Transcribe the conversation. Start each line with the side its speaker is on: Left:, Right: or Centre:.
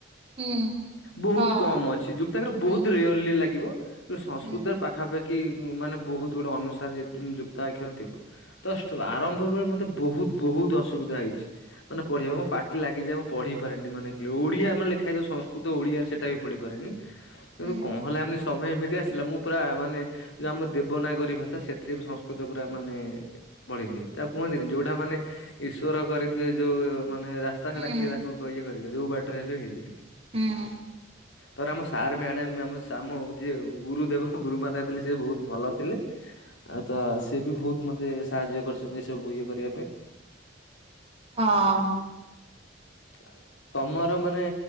Right: ହୁଁ
Left: ବହୁତ
Right: ହଁ।
Left: କମ ଅଛି ଯୁକ୍ତାକ୍ଷର
Right: ହୁଁ
Left: ବହୁତ ରେୟର୍ଲି ଲାଗିବ କିନ୍ତୁ ସଂସ୍କୃତରେ
Right: ହୁଁ
Left: ପା ପାଖାପାଖି ମାନେ ବହୁତ ଗୁଡେ ଅନୁସାରେ ଯୁକ୍ତାକ୍ଷର ଥିବ। ତଷ୍ଟ ଆରମ୍ଭ ବେଳେ ମତେ ବହୁତ ବହୁତ ଅସୁବିଧା ହେଇଛି ମାନେ ପଢେଇବା ମୋ ପା ଟି ଲାଗିଯାଏ ମୁଁ ପଢିପାରେନି ମାନେ କି ଲ ଓଡିଆ ମାନେ ଲେଖା ହେଇଥିବ ସଂସ୍କୃତ ଓଡ଼ିଆରେ ସେଟା ବି ପଢିପାରେନି। କିନ୍ତୁ
Right: ହୁଁ
Left: କଣ ହେଲା ଏମିତି ସମୟ ଏମିତି ଆସିଲା ମୁଁ ପୁରା ମାନେ ଯଉ ଆମ ଦେବନାଗରୀ ଭାଷା ସେଥିରେ ବି ସଂସ୍କୃତ ପୁରା ମାନେ ପଢିଦିଏ ତାକୁ କୁହନ୍ତିନି ଯଉଟା ମାନେ ଈଶ୍ୱର କରିଥିବେ ଯୋଉ ମାନେ ରାସ୍ତା
Right: ହୁଁ
Left: ସେଟା କିଏ ତାକୁ କ ଇଏ କରିବ ଯୋଉ ବାଟରେ ହେଲେ ହେଇଯିବେ।
Right: ହୁଁ
Left: ଥରେ ଆମ ସାର୍ ମ୍ୟାଡାମ ଆମ ସାମ ଯିଏ ଗୁରୁ ଦେବ ଗୁରୁମାତା ଥିଲେ ସେ ବହୁତ ଭଲ ଥିଲେ। ଆଉ ତ ସିଏ ବି ବହୁତ ମତେ ସାହାଯ୍ୟ କରିଛନ୍ତି ଏସବୁ ଇଏ କରି
Right: ହଁ।
Left: ଯାଉଛି। ତମର ମାନେ